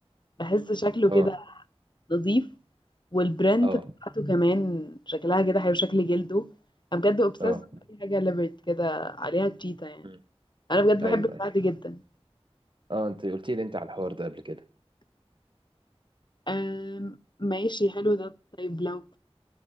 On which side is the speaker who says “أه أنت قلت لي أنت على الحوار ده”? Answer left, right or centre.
Right